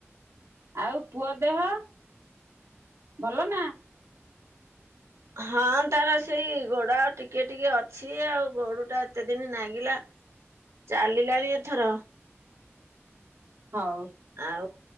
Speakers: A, on the right (about 70°); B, on the right (about 85°).
A: ଆଉ ପୁଅ ଦେହ ଭଲ ନା?
B: ହଁ ତାର ସେଇ ଗୋଡ ଟିକେ ଟିକେ ଅଛି ଆଉ ଗୋଡୁ ଟା ଏତେ ଦିନି ନାଗିଲା। ଚାଲିଲାଣି ଏଥର।
A: ହଉ।
B: ଆଉ।